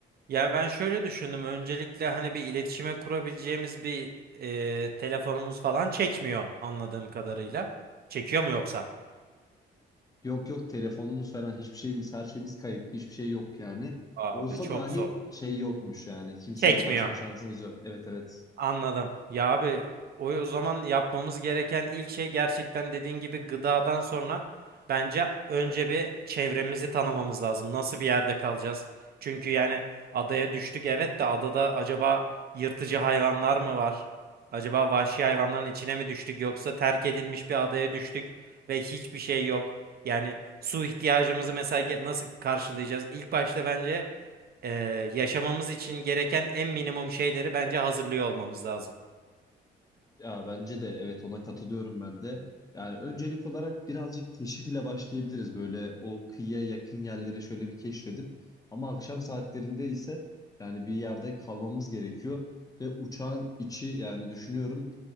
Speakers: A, on the right; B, on the left.
A: Ya ben şöyle düşündüm. Öncelikle hani bir iletişime kurabileceğimiz bir e, telefonumuz falan çekmiyor anladığım kadarıyla. Çekiyor mu yoksa?
B: Yok yok telefonumuz falan hiçbir şeyimiz her şeyimiz kayıp. Hiçbir şey yok yani.
A: Abi
B: Olsa
A: çok
B: dahi
A: zor.
B: şey yokmuş yani. Kimseye
A: Çekmiyor.
B: ulaşma şansımız yok. Evet evet.
A: Anladım. Ya abi o o zaman yapmamız gereken ilk şey gerçekten dediğin gibi gıdadan sonra bence önce bir çevremizi tanımamız lazım. Nasıl bir yerde kalacağız? Çünkü yani adaya düştük evet de adada acaba yırtıcı hayvanlar mı var? Acaba vahşi hayvanların içine mi düştük yoksa terk edilmiş bir adaya düştük ve hiçbir şey yok. Yani su ihtiyacımızı mesela ge- nasıl karşılayacağız? İlk başta bence e, yaşamamız için gereken en minimum şeyleri bence hazırlıyor olmamız lazım.
B: Ya bence de evet ona katılıyorum ben de. Yani öncelik olarak birazcık keşif ile başlayabiliriz. Böyle o kıyıya yakın yerleri şöyle bir keşfedip ama akşam saatlerinde ise yani bir yerde kalmamız gerekiyor ve uçağın içi yani düşünüyorum